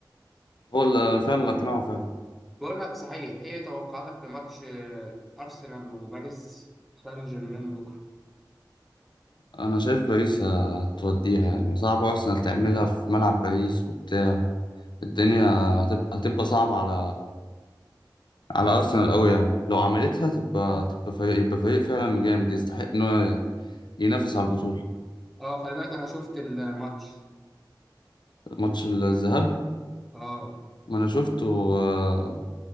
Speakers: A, on the left; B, in the centre.
A: هو اللي فعلا اللي اقنعه فعلا
B: بقول لك صحيح ايه توقعاتك لماتش آه، ارسنال وباريس سان جيرمان بكره
A: انا شايف باريس هتوديها يعني صعب ارسنال تعملها في ملعب باريس وبتاع الدنيا
B: مم.
A: هتبقى هتبقى صعبه على على ارسنال قوي يعني لو عملتها تبقى تبقى فريق يبقى فريق فعلا جامد يستحق ان هو ينافس على البطوله
B: اه خلي بالك انا شفت الماتش
A: ماتش الذهاب
B: اه
A: ما انا شفته آه،